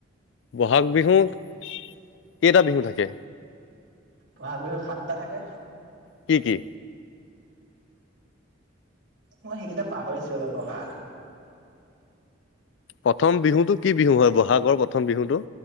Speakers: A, on the left; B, on the right.
A: ব'হাগ বিহুত কেইটা বিহু থাকে?
B: ব'হাগ বিহু সাতটা থাকে।
A: কি কি?
B: মই সেইকেইটা পাহৰিছোঁ অলপ ৰহা।
A: প্ৰথম বিহুটো কি বিহু হয় ব'হাগৰ প্ৰথম বিহুটো?